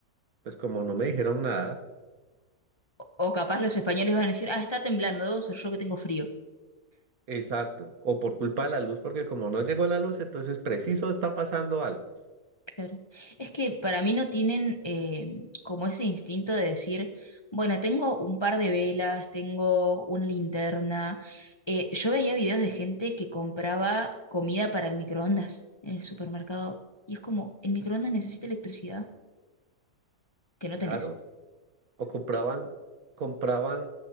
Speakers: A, on the right (about 65°); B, on the left (about 20°).
A: pues como no me dijeron nada.
B: O capaz los españoles van a decir, ah, está temblando, debo ser yo que tengo frío.
A: Exacto, o por culpa de la luz, porque como no llegó la luz, entonces preciso está pasando algo.
B: Claro. Es que para mí no tienen eh, como ese instinto de decir, bueno, tengo un par de velas, tengo una linterna. Eh, yo veía videos de gente que compraba comida para el microondas en el supermercado y es como, el microondas necesita electricidad que no
A: Claro,
B: tenés.
A: o compraban, compraban,